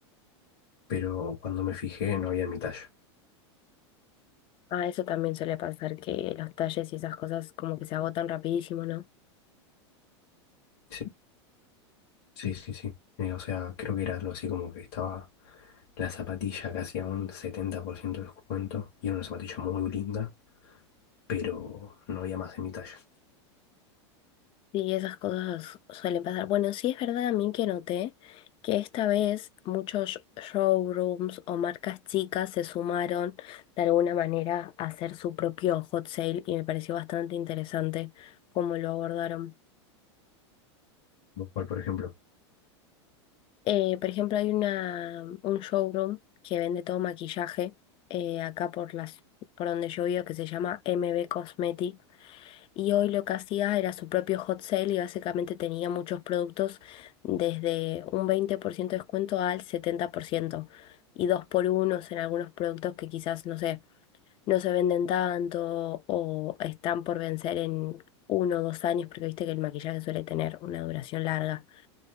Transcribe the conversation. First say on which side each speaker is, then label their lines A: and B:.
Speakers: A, on the left (about 60°); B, on the left (about 35°).
A: pero cuando me fijé no había en mi talla.
B: Ah, eso también suele pasar que los talles y esas cosas como que se agotan rapidísimo, ¿no?
A: Sí, sí, sí, sí. Eh, o sea, creo que era algo así como que estaba la zapatilla casi a un 70% de descuento y era una zapatilla muy linda, pero no había más en mi talla.
B: Sí, esas cosas suelen pasar. Bueno, sí es verdad a mí que noté que esta vez muchos showrooms o marcas chicas se sumaron de alguna manera a hacer su propio hot sale y me pareció bastante interesante cómo lo abordaron.
A: Lo cual, por ejemplo.
B: Eh, por ejemplo, hay una, un showroom que vende todo maquillaje eh, acá por las, por donde yo vivo que se llama MB Cosmetic. Y hoy lo que hacía era su propio hot sale y básicamente tenía muchos productos desde un 20% de descuento al setenta por ciento y dos por unos en algunos productos que quizás, no sé, no se venden tanto o están por vencer en uno o dos años, porque viste que el maquillaje suele tener una duración larga.